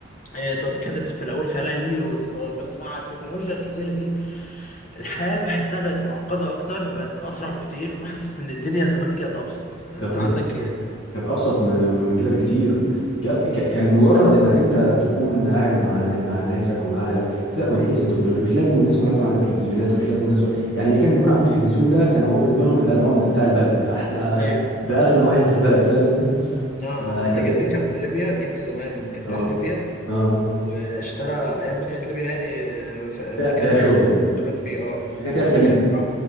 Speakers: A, on the left (about 40°); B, on the left (about 70°).
A: آه، طب كانت في الاول خيال علمي وتطور بس مع التكنولوجيا الكتير دي الحياه بحسها بقت معقده اكتر بقت اسرع بكتير وحاسس ان الدنيا زمان كانت ابسط
B: <laughs>
A: انت
B: كانت
A: عندك ايه
B: كانت ابسط م- من كده بكتير ك- ك- كان مجرد
A: لا
B: انك انت تكون قاعد مع نا- مع ناسك ومع اهلك سيبك من حته التكنولوجيا مش لازم الناس كلها تكون عندها تلفزيونات ومش لازم الناس يعني اللي كان بيكون عنده تلفزيون ده كان هو بالنسبه لهم ده العمده بتاع البلد يعني احلى
A: ايوه
B: ده اغنى واحد في البلد فاهم انت
A: آه،
B: آه كت...
A: انا جدي كان في ليبيا جدي زمان كان
B: اه
A: راح ليبيا
B: اه
A: واشترى ايام ما كانت ليبيا يعني آه، في
B: فيها
A: المكان
B: فيها شغل
A: اللي بتشتغل فيه اه
B: كانت هي الخليج
A: فكان راح